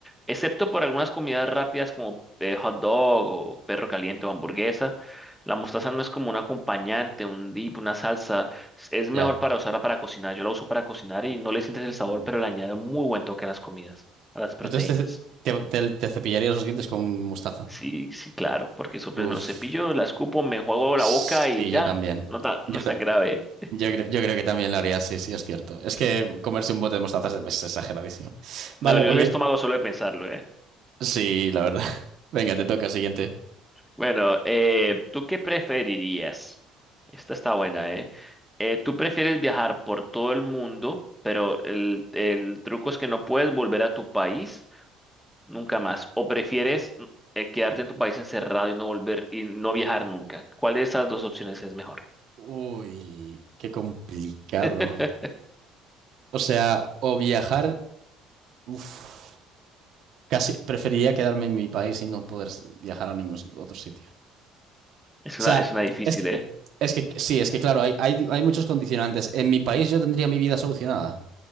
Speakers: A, in the centre; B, on the right.
A: excepto por algunas comidas rápidas como eh, hot dog o perro caliente o hamburguesa, la mostaza no es como un acompañante, un dip, una salsa. Es es
B: Ya.
A: mejor para usarla para cocinar. Yo la uso para cocinar y no le sientes el sabor,
B: Mm.
A: pero le añade un muy buen toque a las comidas, a las proteínas.
B: Entonces te, te, te- te cepillarías los dientes con mostaza.
A: Sí, sí, claro, porque eso pues
B: Uf.
A: me lo cepillo, la escupo, me enjuago
B: Sí,
A: la boca y ya,
B: yo también.
A: no, ta-
B: Yo,
A: no es
B: ta-
A: tan grave.
B: yo creo, yo creo que también lo haría, sí, sí, es cierto. Es que comerse un bote de mostaza es, es exageradísimo. Vale,
A: Me dolió
B: ok.
A: el estómago solo de pensarlo, ¿eh?
B: Sí, la verdad. <laughs> Venga, te toca, siguiente.
A: Bueno, eh, ¿tú qué preferirías? Esta está buena, ¿eh? Eh, ¿tú prefieres viajar por todo el mundo, pero el, el truco es que no puedes volver a tu país nunca más? ¿O prefieres mm, eh, quedarte en tu país encerrado y no volver y no viajar nunca? ¿Cuál de esas dos opciones es mejor?
B: Uy, qué complicado.
A: <laughs>
B: O sea, o viajar, uf, casi preferiría quedarme en mi país y no poder s- viajar a ningún otro sitio.
A: Es
B: O
A: una,
B: sea,
A: es una difícil,
B: es que,
A: ¿eh?
B: es que sí, es que claro, hay, hay, hay muchos condicionantes. En mi país yo tendría mi vida solucionada,